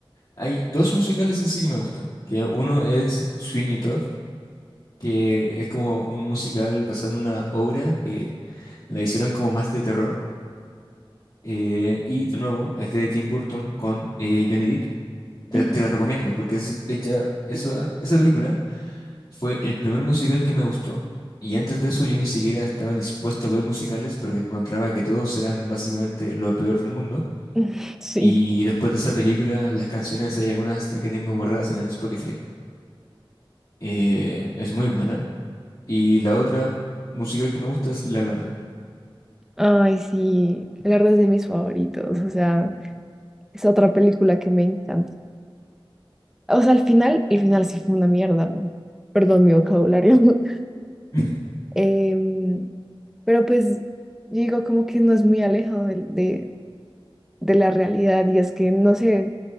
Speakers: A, on the left; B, in the centre.
A: hay dos musicales en sí que me gustan, que uno es Sweeney Todd, que es como un musical basado en una obra que la hicieron como más de terror. Eh, y de nuevo, es de Tim Burton con eh, Johnny Depp. Te,
B: Ujú.
A: te la recomiendo porque es, de hecho, esa, esa película fue el primer musical que me gustó. Y antes de eso yo ni siquiera estaba dispuesto a ver musicales porque encontraba que todos eran básicamente lo peor del mundo.
B: <laughs> Sí,
A: Y después de esa película, las canciones, hay algunas que tengo guardadas en el Spotify. Eh, es muy buena. Y la otra musical que me gusta es La La Land.
B: ay, sí, la verdad es de mis favoritos, o sea, es otra película que me encanta. O sea, al final, el final sí fue una mierda, ¿no? Perdón mi vocabulario, <laughs>
A: <laughs>
B: Em, pero pues yo digo como que no es muy alejado del- de, de la realidad y es que no sé,